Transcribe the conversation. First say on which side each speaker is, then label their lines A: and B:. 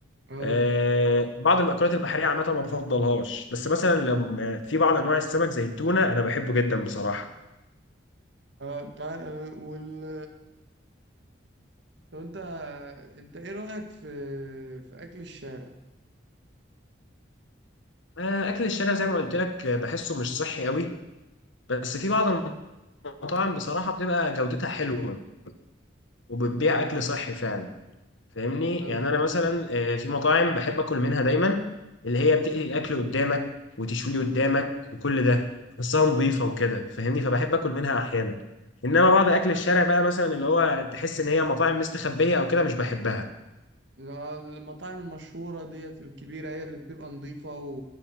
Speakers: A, on the right; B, on the left.
A: اه
B: آه بعض المأكولات البحريه عامه ما بفضلهاش بس مثلا لو في بعض انواع السمك زي التونه انا بحبه جدا بصراحه
A: اه تعال آه، وال طب انت انت ايه رأيك في في اكل الشارع
B: آه اكل الشارع زي ما قلت لك آه، بحسه مش صحي قوي بس في بعض المطاعم بصراحه بتبقى جودتها حلوه وبتبيع
A: اه
B: اكل صحي فعلا فاهمني
A: اه
B: يعني انا مثلا
A: ايوه
B: آه، في مطاعم بحب اكل منها دايما اللي هي بتقلي الاكل قدامك وتشويه قدامك وكل ده بس هي نظيفه وكده فاهمني فبحب اكل منها احيانا انما بعض
A: اه
B: اكل
A: حلو
B: الشارع بقى مثلا
A: الم-
B: اللي هو تحس ان هي مطاعم مستخبيه او كده مش بحبها
A: آه، المطاعم المشهورة ديت الكبيرة هي اللي بتبقى نظيفة و...